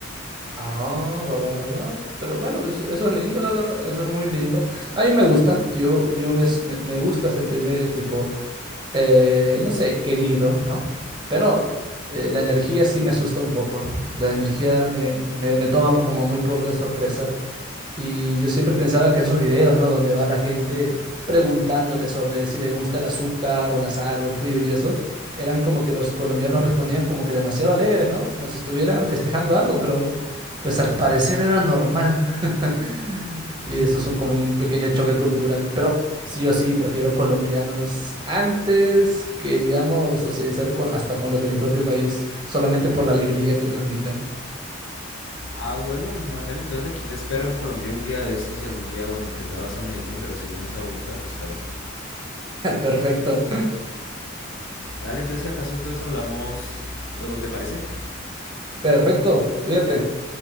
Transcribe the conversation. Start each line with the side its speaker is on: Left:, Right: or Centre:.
Right: Ah, va, va, va, va. Pero bueno, eso, eso es lindo, la verdad, eso es muy lindo. A mí me gusta, yo, yo me, me me gusta sentirme tipo eh, no sé, querido, ¿no? Pero eh, la energía sí me asusta un poco. La energía me, me, me toma como muy por de sorpresa. Y yo siempre pensaba que esos videos, ¿no? Donde va la gente preguntándole sobre si le gusta el azúcar o la sal o el frío y eso, eran como que los colombianos respondían como que demasiado alegres, ¿no? Como si estuvieran festejando algo, pero pues al parecer era normal. <laughs> Y
Left: <laughs>
Right: eso es un, como un pequeño choque cultural. Pero sí o sí, prefiero colombianos antes que, digamos, socializar con, hasta con los de mi propio país, solamente por la alegría que transmitan.
Left: Ah, bueno, Marcel, entonces aquí te espero en Colombia un día de estos y algún día, bueno, primero vas a Medellín, pero si vienes a Bogotá te espero.
Right: <laughs> Perfecto,
Left: Dale, entonces si acaso entonces hablamos luego, ¿te parece?
Right: perfecto, cuídate.